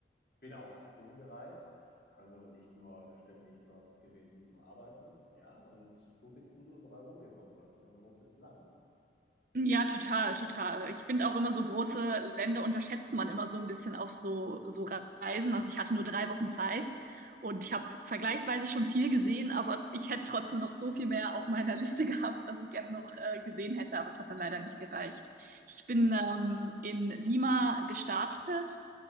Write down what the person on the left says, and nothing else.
bin auch rumgereist, also nicht nur ständig dort gewesen zum Arbeiten. Ja, und wo bist denn du überall rumgekommen? Dort ist ja ein großes Land.